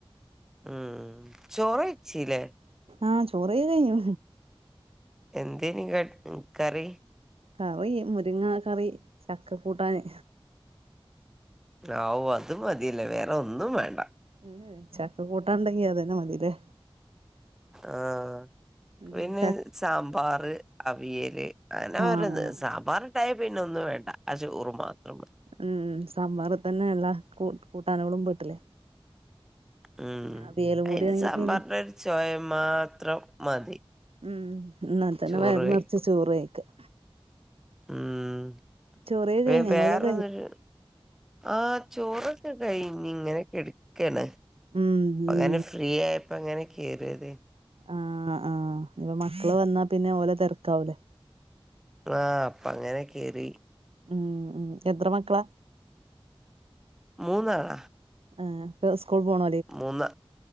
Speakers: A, in the centre; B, on the right.
A: ഉം ചോറ് ഇിച്ചല്ലേ
B: ആഹ്‌ ചോറെയി കഴിഞ്ഞു
A: എന്തേയിനി കറി
B: കറി മുരിങ്ങ കറി ചക്ക കൂട്ടാന്
A: ആവു അത് മതിയല്ലേ വേറെ ഒന്നും വേണ്ട
B: മ്മ് ചക്ക് കൂട്ടാ ഉണ്ടെങ്കി അതന്നെ മതില്ലേ
A: ആഹ്
B: ഉം
A: പിന്നെ
B: ച
A: സാമ്പാർ അവിയല് അങ്ങനെ
B: ആഹ്
A: ഓരോന്ന് സാമ്പാർ തായ പിന്നെ ഒന്നും വേണ്ട ആ ചോറ് മാത്രം
B: ഉം സാമ്പാർ തന്നെ എല്ല കൂ കൂട്ടാനകളും പെട്ടില്ലേ
A: ഉം
B: പിന്നെ അവിയലും
A: അതിന്
B: കൂടി ആണെങ്കിൽ
A: സാമ്പാറിന്റെ
B: പിന്നെ
A: ഒരു ചോയ മാത്രം മതി.
B: ഉം ന്നാൽ തന്നെ
A: ചോറ്
B: വയർ
A: കഴിക്കും
B: നിറച്ച് ചോറ് കഴിക്കാം.
A: ഉം
B: ചോറ്
A: പി
B: കഴി ഞങ്ങളത്
A: വേറെന്നരു
B: കഴിഞ്ഞു
A: ആ ചോറൊക്കെ കഴിഞ്ഞി ഇങ്ങനെക്കെടകാണ്.
B: ഉം
A: അതന്നെ
B: ഉം
A: ഫ്രീ ആയപ്പോ എങ്ങനെ കേറിയത്.
B: ആ ആ ഇനിപ്പം മക്കള് വന്നാ പിന്നെ ഓലെ തിരക്കാവൂലേ.
A: ആ അപ്പ അങ്ങനെ കേറി
B: ഉം ഉ എത്ര മക്കളാ.
A: മൂന്നാളാ
B: ആ അപ്പ സ്കൂൾ പോണ..
A: മൂന്ന്